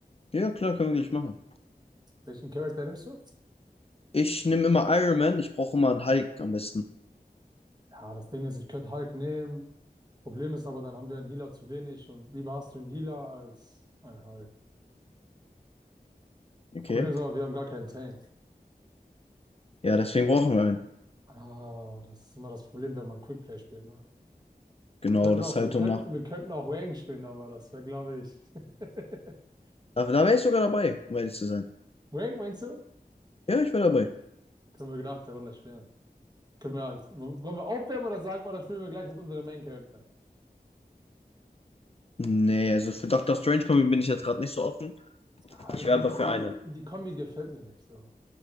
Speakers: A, on the left (about 40°); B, on the right (about 25°).
A: Ja, klar, können wir gleich machen.
B: Welchen Charakter nimmst du?
A: Ich nehme immer Iron Man, ich brauche immer einen Hulk am besten.
B: Ja, das Ding ist, ich könnte Hulk nehmen. Problem ist aber, dann haben wir einen Healer zu wenig und lieber hast du einen Healer als einen Hulk. Das
A: Okay.
B: Problem ist aber, wir haben gar keinen Tank.
A: Ja, deswegen brauchen wir einen.
B: Ah, das ist immer das Problem, wenn man Quickplay spielt, ne?
A: Genau,
B: Wir könnten
A: das
B: auch,
A: ist halt
B: wir könnten,
A: so nach.
B: wir könnten auch Wang spielen, aber das wäre, glaube ich. <laughs>
A: Da, da wäre ich sogar dabei, um ehrlich zu sein.
B: Wang, meinst du?
A: Ja, ich wäre dabei.
B: Können wir nach der Runde spielen. Können wir halt. W- Wollen wir aufwärmen oder sagen, oder spielen wir gleich mit unserem Main Character?
A: Nee, also für Doctor Strange Comic bin ich jetzt gerade nicht so offen.
B: Ah,
A: Ich
B: die,
A: wäre aber
B: die,
A: für eine.
B: die, die Kombi gefällt mir nicht so.